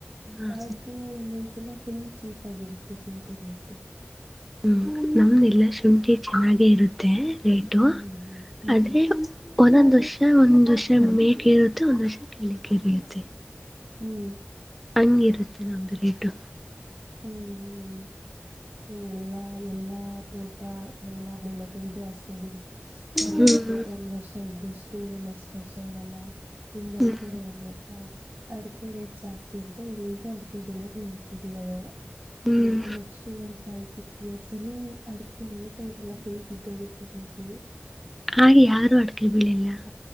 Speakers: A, in the centre; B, on the right (about 65°).
A: ಹಾಂ
B: ಆದ್ರೂ ಒಂದೊಂದ್ಸಲ ಫುಲ್ ಚೀಪ್ ಆಗಿರುತ್ತೆ ಶುಂಠಿ ರೇಟು
A: ಹ್ಮ್ ನಮ್ದ ಇಲ್ಲ ಶುಂಠಿ ಚೆನ್ನಾಗೆ ಇರುತ್ತೆ ರೇಟು
B: ಹ್ಮ್ ಹ್ಮ್
A: ಅದೇ ಒಂದೊಂದ್ ವರ್ಷ ಒಂದ್ ವರ್ಷ ಮೇಲೇರುತ್ತೆ ಮತ್ತೆ ಒಂದು ವರ್ಷ ಕೇಳಕ್ಕೆೆ ಇರಿಯುತ್ತೆ
B: ಹ್ಮ್
A: ಹಂಗಿರುತ್ತೆ ನಮ್ದ ರೇಟು
B: ಹ್ಮ್ ಹ್ಮ್ ಎಲ್ಲಾ ಎಲ್ಲಾ ತೋಟ ಎಲ್ಲಾ ಬೆಳೆ ಕಳಿದು ಅಷ್ಟೇ ಬಿಡಿ ಒಂದ್ಸ
A: ಹ್ಮ್
B: ಒಂದ್ ವರ್ಷ ಇದ್ದಷ್ಟು ನೆಕ್ಸ್ಟ್ ನೆಕ್ಸ್ಟ್ ವರ್ಷ ಇರಲ್ಲ ಹಿಂಗ ನಮ್
A: ಹ್ಮ್
B: ಕಡೆ ಏನ್ ಗೊತ್ತಾ ಅಡಿಕೆ ರೇಟ್ ಜಾಸ್ತಿ ಅಂತ ಎಲ್ರೂ ಅಡಿಕೆ ಬೆಳಿಯಕ್ ನಿಂತು ಬಿಟ್ಟಿದ್ದಾರೆ
A: ಹ್ಮ್
B: ಇನ್ನು next one five six years ಅಲ್ಲಿ ಅಡಿಕೆ ರೇಟ್ ಹೇ ಇರಲ್ಲ ಫುಲ್ ಬಿದ್ದೋಗುತ್ತೆ ಮೇಬಿ
A: ಹಾಗೆ ಯಾರೂ ಅಡ್ಗೆೆ ಬೆಳಿಯಲ್ಲಾ